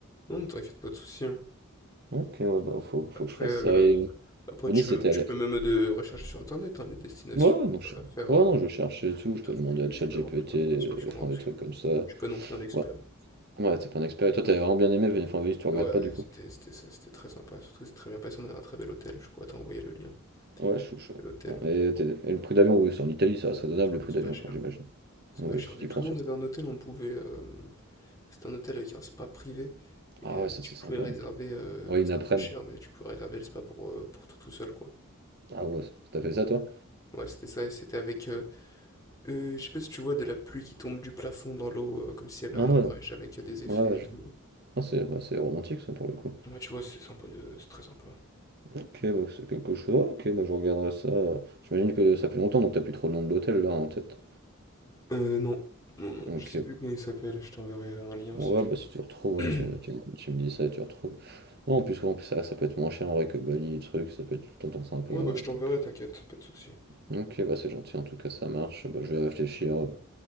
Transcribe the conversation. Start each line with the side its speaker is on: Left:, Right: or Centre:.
Left: Non, ne t'inquiète, pas de souci, hein.
Right: Ok, ouais, bah faut, faut
Left: Après,
Right: que je fasse
Left: heu,
Right: ça. Et
Left: après
Right: Venise,
Left: tu peux
Right: c'était
Left: tu
Right: à la...
Left: peux même, de rechercher sur internet, hein, les destinations,
Right: Ouais, non,
Left: heu,
Right: je... ouais,
Left: à faire, heu,
Right: non, je cherchais et tout,
Left: ils
Right: je
Left: doivent
Right: peux demander
Left: plus
Right: à ChatGPT,
Left: ils doivent avoir plus d'informations
Right: euh,
Left: que sur
Right: enfin
Left: moi, parce
Right: des trucs
Left: que
Right: comme ça.
Left: je suis pas non plus un expert.
Right: Ouais, ouais, t'es pas un expert. Et toi, t'avais vraiment bien aimé Venise, enfin, Venise, tu regrettes
Left: Ouais,
Right: pas du
Left: c'était
Right: coup?
Left: c'était ça, c'était très sympa, surtout c'est très bien passé, on avait un très bel hôtel, je pourrais t'envoyer le lien.
Right: Ouais, je suis chaud.
Left: Et l'hôtel.
Right: Bon, et, t'es- et le prix d'avion, oui, c'est en Italie, ça reste raisonnable
Left: Ah
Right: le
Left: non,
Right: prix
Left: c'est
Right: d'avion,
Left: pas cher.
Right: enfin, j'imagine.
Left: C'est
Right: Oui,
Left: pas cher
Right: si
Left: du
Right: tu y
Left: tout.
Right: penses.
Left: Nous, on avait un hôtel où on pouvait. euh, c'était un hôtel avec un spa privé. Et
Right: Ah
Left: euh,
Right: ouais, ça
Left: tu
Right: c'est
Left: pouvais
Right: sympa.
Left: réserver.
Right: hein.
Left: euh,
Right: Ouais,
Left: bah, c'était
Right: une après-midi.
Left: un peu cher, mais tu pouvais réserver le spa pour, euh, pour toi tout seul, quoi.
Right: Ah ouais, t'as fait ça toi?
Left: Ouais, c'était ça. Et c'était avec. euh, euh, je sais pas si tu vois de la pluie qui tombe du plafond dans l'eau, euh, comme s'il y avait
Right: Ah
Left: un orage
Right: ouais, non.
Left: avec euh, des effets
Right: Ouais, ouais,
Left: et tout.
Right: je- ah, c'est bah, c'est romantique ça pour le coup.
Left: Ouais, tu vois, c'est sympa. de- C'est très sympa.
Right: Ok, bah, c'est quelque chose. Ah, Ok, bah, je regarderai ça. J'imagine que ça fait longtemps donc t'as plus trop le nom de l'hôtel là en tête.
Left: Euh, non. Non, non,
Right: Ok,
Left: je sais plus comment il s'appelle. Je t'enverrai un lien
Right: bon,
Left: si tu
Right: ouais, bah si tu retrouves,
Left: veux.
Right: ouais, tu,
Left: <clears throat>
Right: tu- tu me dis ça et tu retrouves. Ouais, en plus, ouais, en plus ça, ça peut être moins cher en vrai que Bali truc ça peut être tout le temps sympa.
Left: Ouais,
Right: Donc...
Left: bah, je t'enverrai, t'inquiète. Pas de souci.
Right: Ok, bah c'est gentil en tout cas, ça marche. Bah, je vais réfléchir euh,